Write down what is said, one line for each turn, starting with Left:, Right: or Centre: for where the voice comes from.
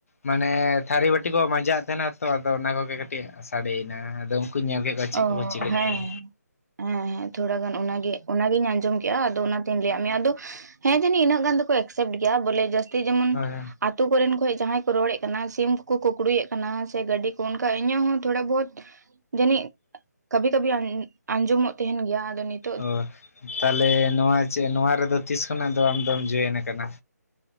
Left: ᱢᱟᱱᱮ ᱛᱷᱟᱹᱨᱤ ᱵᱟᱹᱴᱤ ᱠᱚ ᱢᱟᱸᱡᱟᱣ ᱮ ᱛᱟᱦᱮᱸᱱᱟ ᱛᱚ ᱟᱫᱚ ᱚᱱᱟ ᱠᱚᱜᱮ ᱠᱟᱹᱴᱤᱡ ᱥᱟᱰᱮᱭᱮᱱᱟ ᱟᱫᱚ ᱩᱱᱠᱩ ᱧᱮᱞ ᱠᱮᱫ ᱠᱚ ᱪᱤᱫ
Right: ᱚ
Left: ᱠᱚᱠᱚ ᱪᱤᱠᱟᱹ
Right: ᱦᱮᱸ
Left: ᱠᱮᱫᱟ
Right: ᱦᱮᱸ ᱦᱮᱸ ᱛᱷᱚᱲᱟ ᱜᱟᱱ ᱚᱱᱟᱜᱮ ᱚᱱᱟᱜᱤᱧ ᱟᱸᱡᱚᱢ ᱠᱮᱜ-ᱟ ᱟᱫᱚ ᱚᱱᱟᱛᱤᱧ ᱞᱟᱹᱭ ᱟᱫ ᱢᱮᱭᱟ ᱟᱫᱚ ᱦᱮᱸ ᱡᱟᱹᱱᱤ ᱤᱱᱟᱹᱜ ᱜᱟᱱ ᱫᱚᱠᱚ ᱮᱯᱥᱮᱯᱴ ᱜᱮᱭᱟ ᱵᱚᱞᱮ ᱡᱟᱹᱥᱛᱤ ᱡᱮᱢᱚᱱ
Left: ᱦᱳᱭ
Right: ᱟᱹᱛᱩ ᱠᱚᱨᱮᱱ ᱠᱷᱚᱱ ᱡᱟᱦᱟᱭ ᱠᱚ ᱨᱚᱲᱮᱫ ᱠᱟᱱᱟ ᱥᱤᱢ ᱠᱚᱠᱚ ᱠᱩᱠᱲᱩᱭ ᱮᱫ ᱠᱟᱱᱟ ᱥᱮ ᱜᱟᱹᱰᱤ ᱠᱚ ᱚᱱᱠᱟ ᱤᱧᱟᱜ ᱦᱚᱸ ᱛᱷᱚᱲᱟ ᱵᱚᱦᱩᱛ ᱡᱟᱹᱱᱤᱡ ᱠᱟᱵᱤ ᱠᱟᱵᱤ ᱟᱸᱡᱚᱢᱚᱜ ᱛᱟᱦᱮᱱ ᱜᱮᱭᱟ ᱟᱫᱚ ᱱᱤᱛ
Left: ᱚ ᱛᱟᱞᱮ ᱱᱚᱣᱟ ᱪᱮ ᱱᱚᱣᱟ ᱨᱮᱫᱚ ᱛᱤᱥ ᱠᱷᱚᱱᱟᱜ ᱫᱚ ᱟᱢ ᱫᱚᱢ ᱡᱚᱭᱮᱱ ᱠᱟᱱᱟ?